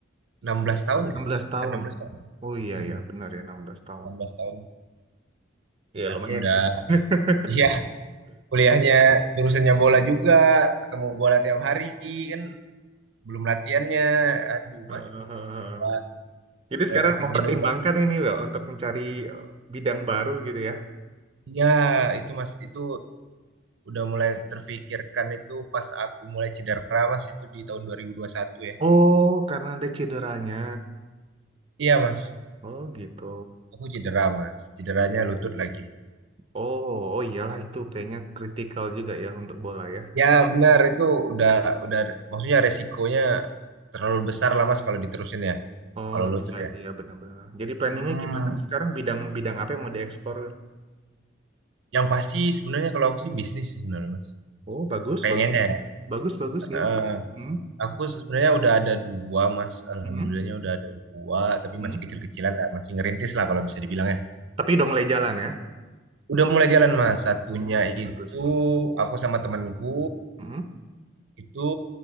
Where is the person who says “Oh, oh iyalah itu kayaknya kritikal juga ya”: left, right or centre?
Right